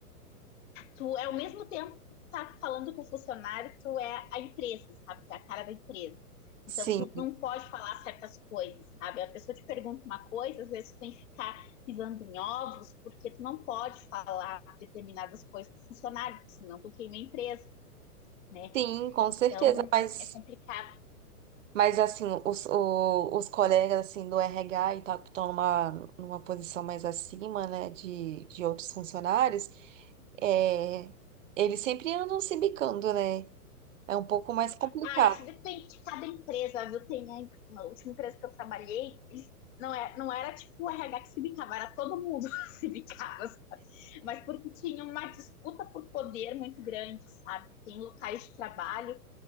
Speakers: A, on the left; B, on the right.
A: Tu é ao mesmo tempo que tá falando com o funcionário, tu é a empresa, sabe? Tu é a cara da empresa.
B: Sim,
A: Então, tu não pode falar certas coisas, sabe? A pessoa te pergunta uma coisa, às vezes tu tem que ficar pisando em ovos, porque tu não pode falar determinadas coisas pro funcionário, porque senão tu queima a empresa, né?
B: sim, com
A: Então,
B: certeza. Mas,
A: é complicado
B: mas assim, os, o- os colegas assim, do RH e tal, que estão numa, numa posição mais acima, né, de, de outros funcionários, é, eles sempre andam se bicando, né? É um pouco mais complicado.
A: Ah, isso depende de cada empresa, viu? Tem a, na última empresa que eu trabalhei, eles- não, é, não era tipo o RH que se bicava, era todo mundo <laughs> se bicava, sabe? Mas porque tinha uma disputa por poder muito grande, sabe? Tem locais de trabalho